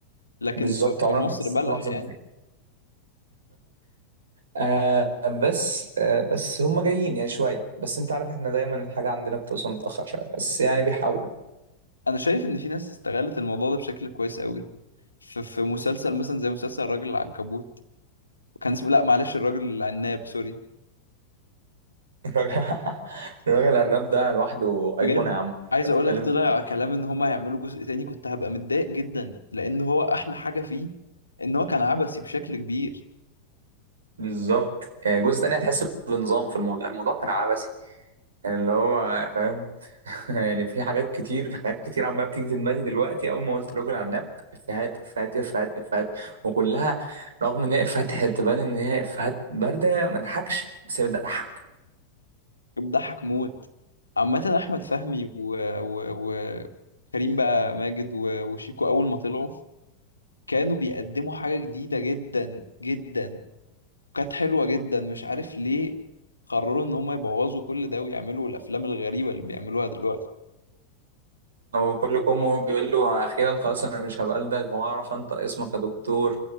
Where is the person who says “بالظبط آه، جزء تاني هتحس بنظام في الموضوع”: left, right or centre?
Right